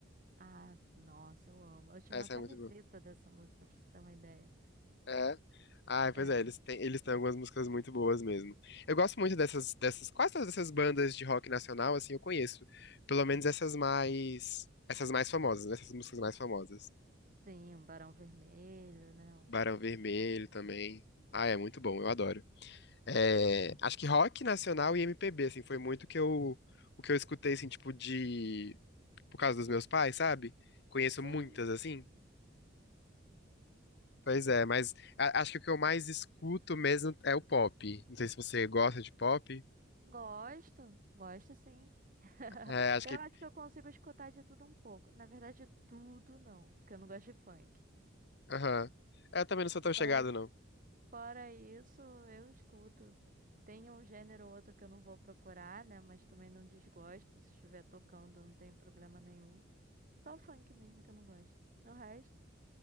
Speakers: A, on the right; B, on the left.
A: Ah, nossa, eu amo. Eu tinha
B: Essa
A: uma camiseta
B: é muito boa.
A: dessa música, pra você ter uma ideia.
B: É. Ah, pois
A: É,
B: é, eles têm, eles têm algumas músicas muito boas mesmo. Eu gosto muito dessas, dessas, quase todas essas bandas de rock nacional, assim, eu conheço. Pelo menos essas mais, essas mais famosas, né? Essas músicas mais famosas.
A: sim, um Barão Vermelho, né? um-
B: Barão Vermelho também. Ah, é muito bom, eu adoro. É, acho que rock nacional e MPB, assim, foi muito que eu, o que eu escutei, assim, tipo, de, por causa dos meus pais, sabe? Conheço
A: Sim,
B: muitas, assim. Pois é, mas a- acho que o que eu mais escuto mesmo é o pop. Não sei se você gosta de pop.
A: gosto, gosto sim. <laughs>
B: É, acho
A: Eu acho
B: que.
A: que eu consigo escutar de tudo um pouco. Na verdade, tudo não, porque eu não gosto de funk.
B: Aham. É, Eu também não sou tão chegado,
A: Mas
B: não.
A: fora isso, eu escuto. Tem um gênero ou outro que eu não vou procurar, né? Mas também não desgosto. Se estiver tocando, não tem problema nenhum. Só o funk mesmo que eu não gosto. O resto.